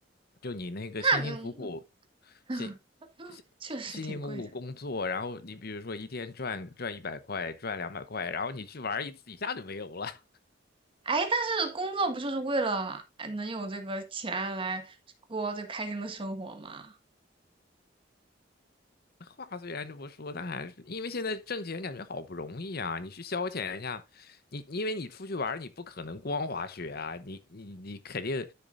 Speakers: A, on the left; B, on the right.
A: 就你那个辛辛苦苦，
B: 那个 <laughs>
A: 辛辛辛辛苦苦工作，
B: 确实挺贵的。
A: 然后你比如说一天赚赚一百块，赚两百块，然后你去玩一次，一下就没有了。
B: 哎，但是工作不就是为了哎能有这个钱来过这开心的生活吗？
A: 话虽然这么说，但还是因为现在挣钱感觉好不容易啊，你去消遣一下，你因为你出去玩儿你不可能光滑雪啊，你你你肯定